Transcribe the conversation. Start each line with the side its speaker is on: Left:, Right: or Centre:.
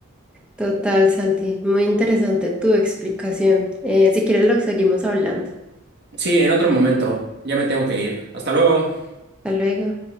Centre: Total, Santi. Muy interesante tu explicación. Eh, si quieres, lo seguimos hablando.
Right: Sí, en otro momento, ya me tengo que ir. Hasta luego.
Centre: Hasta luego.